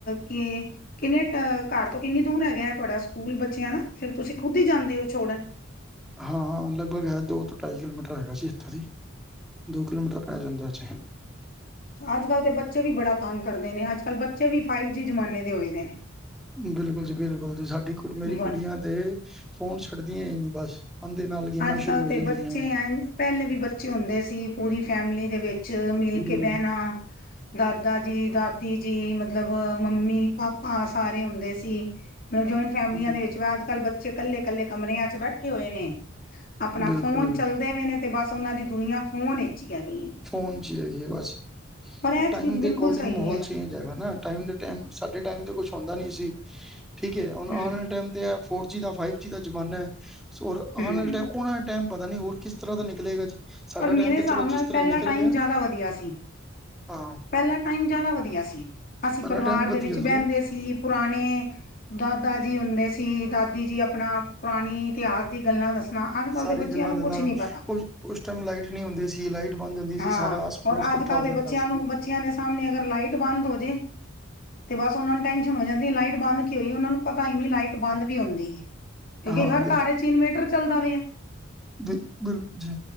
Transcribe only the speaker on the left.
ਕੀ ਕਿੰਨੇ ਅ ਕਾਰ ਤੋਂ ਕਿੰਨੀ ਦੂਰ ਹੈਗਾ ਤੁਆਡਾ ਸਕੂਲ ਬੱਚਿਆਂ ਦਾ ਫੇਰ ਤੁਸੀਂ ਖੁਦ ਹੀ ਜਾਂਦੇ ਓ ਛੋੜਨ
ਅੱਜ-ਕੱਲ੍ਹ ਦੇ ਬੱਚੇ ਵੀ ਬੜਾ ਤੰਗ ਕਰਦੇ ਨੇ ਅੱਜ-ਕੱਲ੍ਹ ਬੱਚੇ ਵੀ ਫਾਈਵ ਜੀ ਜ਼ਮਾਨੇ ਦੇ ਹੋਏ ਨੇ।
ਬ
ਅੱਜ ਕੱਲ੍ਹ
ਤੇ
ਬੱਚੇ ਐ ਪਹਿਲੇ ਵੀ ਬੱਚੇ ਹੁੰਦੇ ਸੀ। ਪੂਰੀ ਫੈਮਿਲੀ ਦੇ ਵਿੱਚ, ਮਿਲ
ਕੇ ਬਹਿਣਾ ਦਾਦਾ ਜੀ, ਦਾਦੀ ਜੀ, ਮਤਲਬ ਮੰਮੀ -ਪਾਪਾ ਸਾਰੇ ਹੁੰਦੇ ਸੀ। ਮਤਲਬ, ਜਆਇੰਟ ਫੈਮਲੀਆਂ
ਦੇ ਵਿੱਚ ਵ ਅੱਜ -ਕੱਲ੍ਹ ਬੱਚੇ ਕੱਲੇ -ਕੱਲੇ ਕਮਰਿਆਂ ਚ ਬੈਠੇ ਹੋਏ ਨੇ, ਆਪਣਾ
ਫੋਨ ਚੱਲਦੇ ਪਏ ਨੇ, ਤੇ ਬਸ ਉਹਨਾਂ ਦੀ ਦੁਨੀਆਂ, ਫੋਨ ਵਿੱਚ ਹੀ ਹੈਗੀ ਏ
ਪਰ ਇਹ
ਚੀਜ਼
ਬਿਲਕੁਲ
ਸਹੀ
ਨਹੀਂ ਹੈਗੀ
ਹੂੰ
ਹੂੰ
ਪਰ ਮੇਰੇ
ਹਿਸਾਬ
ਨਾਲ
ਪਹਿਲਾ
ਟਾਈਮ,
ਜ਼ਿਆਦਾ ਵਧੀਆ ਸੀ।
ਪਹਿਲਾਾਂ ਟਾਈਮ, ਜ਼ਿਆਦਾ ਵਧੀਆ ਸੀ। ਅਸੀਂ
ਪਰਿਵਾਰ
ਦੇ ਵਿੱਚ, ਬਹਿੰਦੇ ਸੀ ਪੁਰਾਣੇ ਦਾਦਾ ਜੀ ਹੁੰਦੇ ਸੀ। ਦਾਦੀ ਜੀ, ਆਪਣਾ ਪੁਰਾਣੀ ਇਤਿਹਾਸ, ਦੀ ਗੱਲਾਂ ਦੱਸ ਨਾ, ਅੱਜ -ਕੱਲ
ਦੇ ਬੱਚਿਆਂ
ਨੂੰ ਕੁਛ
ਨੀ ਪਤਾ
ਹਾਂ
ਔਰ
ਅੱਜ ਕੱਲ੍ਹ
ਦੇ
ਬੱਚਿਆਂ
ਨੂੰ ਬੱਚਿਆਂ ਦੇ ਸਾਹਮਣੇ, ਅਗਰ ਲਾਈਟ ਬੰਦ ਹੋ ਜੇ ਅਤੇ ਬਸ ਉਹਨਾਂ ਨੂੰ, ਟੈਂਨਸ਼ਨ ਹੋ ਜਾਂਦੀ ਹੈ ਲਾਈਟ ਬੰਦ, ਕੀ ਹੋਈ ਉਹਨਾਂ ਨੂੰ ਪਤਾ ਹੀ ਨਈ ਲਾਈਟ ਬੰਦ ਵੀ ਹੁੰਦੀ ਏ, ਕਿਉਂਕਿ
ਹਰ ਘਰ ਵਿੱਚ, ਇਨਵੇਟਰ ਚੱਲਦਾ ਪਿਆ